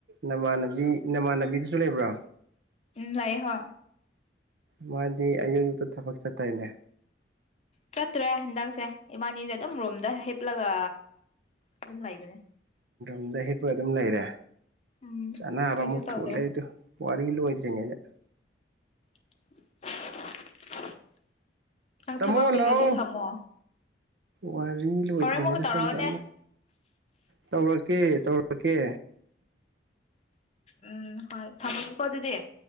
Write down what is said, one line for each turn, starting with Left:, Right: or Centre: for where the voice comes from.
Right: ꯅꯃꯥꯟꯅꯕꯤ ꯅꯃꯥꯟꯅꯕꯤꯗꯨꯁꯨ ꯂꯩꯕ꯭ꯔꯣ
Left: ꯎꯝ ꯂꯩꯥꯏꯍꯣ
Right: ꯃꯥꯗꯤ ꯑꯌꯨꯛ ꯑꯨꯛꯇ ꯊꯕꯛ ꯆꯠꯊꯅꯦ
Left: ꯆꯠꯇ꯭ꯔꯦ ꯍꯟꯗꯛꯁꯦ ꯏꯃꯥꯅꯤꯁꯦ ꯑꯗꯨꯝ ꯔꯣꯝꯗ ꯍꯤꯞꯂꯒ ꯑꯗꯨꯝ ꯂꯩꯕꯅꯦ
Right: ꯝꯗ ꯍꯤꯄ ꯑꯗꯨꯝ ꯂꯩꯔꯦ
Left: ꯎꯝ
Right: ꯅꯕ
Left: ꯀꯩꯁꯨ
Right: ꯃꯨ
Left: ꯇꯧꯗ꯭ꯔꯦ
Right: ꯊꯨ ꯂꯩꯦ ꯄꯨꯋꯥ ꯐꯇꯔꯉꯦ
Left: <unintelligible>
Right: ꯇꯥꯝꯃꯣ
Left: ꯊꯕꯛ ꯆꯤꯜꯂꯗꯤ
Right: ꯂꯥꯛꯑꯣ
Left: ꯊꯝꯃꯣ
Right: ꯋꯥꯔꯤꯅꯤ ꯂꯣꯏꯗ꯭ꯔꯤꯉꯩꯗ
Left: ꯍꯣꯔꯦꯟ ꯑꯃꯨꯛꯀ ꯇꯧꯔꯛꯑꯣꯅꯦ
Right: ꯁꯣꯝ ꯇ ꯇꯧꯔꯛꯀꯦ ꯇꯧꯔꯛꯀꯦ
Left: ꯎꯝ ꯍꯣꯏ ꯊꯝꯃꯅꯤ ꯀꯣ ꯑꯗꯨꯗꯤ